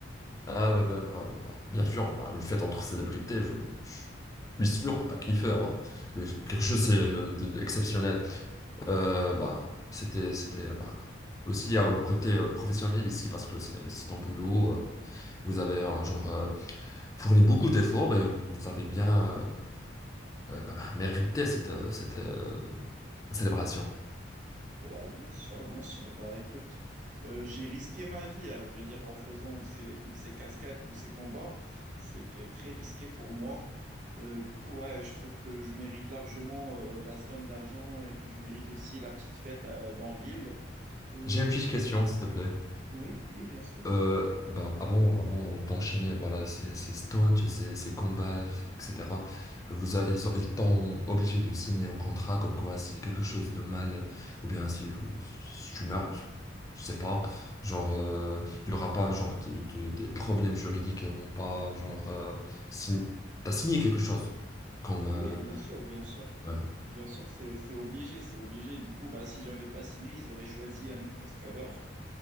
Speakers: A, on the left; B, on the right.
A: Ah ouais, bah, bah, bah, bien sûr, bah, une fête entre célébrités, je, je suis sûr que t'as kiffé, bah. Mais Quelque chose c'est, euh, de- d'exceptionnel. Euh, bah, c'était, c'était, bah, aussi euh, un côté euh, professionnel ici parce que c'est c'est ton boulot. euh, Vous avez euh, genre euh, fourni beaucoup d'efforts et vous avez bien euh, bah, bah, bah, mérité cette, euh, cette euh, célébration.
B: Ouais, bien sûr, bien sûr. Bah, écoute, euh, j'ai risqué ma vie, à vrai dire, en faisant ces- toutes ces cascades, tous ces combats. C'était très risqué pour moi. Euh, du coup, ouais, je trouve que je mérite largement euh, la somme d'argent et que je mérite aussi la petite fête euh, dans l'île. Euh,
A: J'ai une petite
B: du
A: question,
B: coup,
A: s'il te plaît.
B: oui, oui, bien sûr.
A: Euh, ben, avant, avant d'enchaîner, voilà, ces, ces stunts et ces, ces combats, etc., vous a- ils ont- ils t'ont obligé de signer un contrat comme quoi si quelque chose de mal, ou bien si, vous- si tu meurs, je sais pas, genre, euh, il y aura pas, genre, de- de- des problèmes juridiques, ils vont pas, genre, euh, sign- t'as signé quelque chose, comme, euh,
B: Oui, bien sûr, bien sûr.
A: ouais.
B: Bien sûr, c'est, c'est obligé, c'est obligé. Du coup, bah, si j'avais pas signé, ils auraient choisi un autre cascadeur.